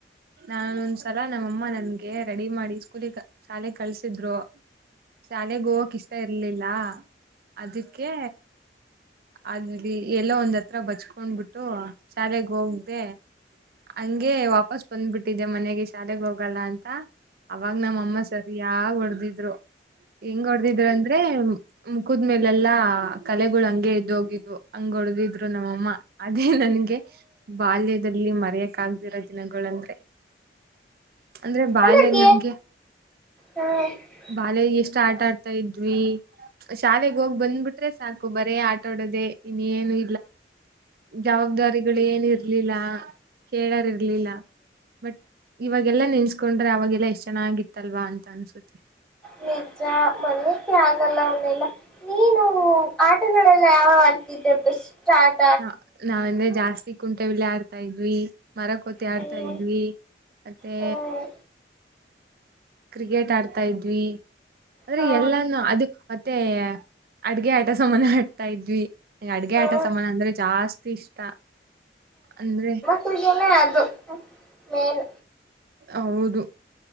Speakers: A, on the right; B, in the centre.
A: ನಾನೊಂದ್ಸಲ ನಮ್ಮಮ್ಮ ನನ್ಗೆ ರೆಡಿ ಮಾಡಿ ಸ್ಕೂಲಿಗೆ ಶಾಲೆಗೆ ಕಳ್ಸಿದ್ರು ಶಾಲೆಗೆಗೆ ಹೋಗಕ್ ಇಷ್ಟ ಇರ್ಲಿಲ್ಲ ಅದಕ್ಕೆ ಅಲ್ಲಿ ಎಲ್ಲೋ ಒಂದ್ ಹತ್ರ ಬಚ್ಕೊಂಡ್ಬಿಟ್ಟು ಶಾಲೆಗೆ ಹೋಗ್ದೆ ಹಂಗೆ ವಾಪಸ್ ಬಂದ್ಬಿಟ್ಟಿದೆ ಮನೆಗೆ ಶಾಲೆಗೆ ಹೋಗಲ್ಲ ಅಂತ ಅವಾಗ ನಮ್ಮ ಅಮ್ಮ ಸರಿಯಾಗ ಹೊಡೆದಿದ್ರು ಹೆಂಗ್ ಹೊಡೆದಿದ್ರು ಅಂದ್ರೆ ಮುಕುದ್ಮೇಲೆ ಎಲ್ಲಾ ಕಲೆಗಳುಂಗ ಗೆದೋಗಿದ್ದು ಹಂಗ ಹೊಡದಿದ್ರು ನಮ್ಮಮ್ಮ ಅದೇ ನನ್ಗೆ ಬಾಲ್ಯ ದಲ್ಲಿ ಮರೆಯಕ್ ಗದಿರೋ ದಿನಗಳಂದ್ರೆ ಅಂದ್ರೆ ಬಾಯಲ್ಲಿ
B: ಅಂದ್ರಗೆ
A: ನಮ್ಗೆ
B: ಹೇಳಿ
A: ಬಾಲ್ಯ ಎಷ್ಟು ಆಟ ಆಡ್ ತಾ ಇದ್ವಿ ಶಾಲೆಗ್ ಹೋಗ್ ಬಂದ್ಬಿಟ್ರೆ ಸಾಕು ಬರೇ ಆಟಾಡೋದೆ ಇನ್ನ ಏನು ಜವಾಬ್ದಾರಿಗಳು ಏನ ಇರ್ಲಿಲ್ಲ ಕೇಳಾರ ಇರ್ಲಿಲ್ಲ ಬಟ್ ಇವಾಗೆಲ್ಲಾ ನೆನ್ಸ್ಕೊಂಡ್ರೆ ಅವಾಗೆಲ್ಲಾ ಎಷ್ಟ್ ಚೆನ್ನಾಗಿತ್ತಲ್ವಾ ಅಂತ ಅನ್ಸುತ್ತೆ
B: ನಿಜಜಾ ಮರಯಕ್ಕೆ ಆಗಲ್ಲ ಅವನಲ್ಲ ನೀನು ಆಟಗಳೆಲ್ಲ ಯಾವ ಆಡ್ತಿದ್ದೆ ಬೆಸ್ಟ್ ಸ್ಟಾರ್
A: ನಾ ನಾವ ಅಂದ್ರೆ ಜಾಸ್ತಿ ಕುಂಟೆಲ್ಲ ಆಡ್ತಾ ಇದ್ವಿ ಮರ ಕೋತಿ ಆಡ್ತಾ
B: ಹ್ಮ್
A: ಇದ್ವಿ ಮತ್ತೆ
B: ಹ್ಮ್
A: ಕ್ರಿಕೆಟ್ ಆಡ್ತಾ ಇದ್ವಿ ಆದ್ರೆ
B: ಹಾ
A: ಎಲ್ಲಾನ ಅದ ಮತ್ತೆ ಅಡ್ಗೆ ಆಟ ಸಮಾನ ಆಡ್ತಾ ಇದ್ವಿ ಈ ಅಡ್ಗೆ
B: ಹಾ
A: ಆಟ ಸಮಾನ ಅಂದ್ರೆ ಜಾಸ್ತಿ ಇಷ್ಟ ಅಂದ್ರೆ
B: ಪೂಜೆನೇ ಅದು ಮೇನ್
A: ಹೌದು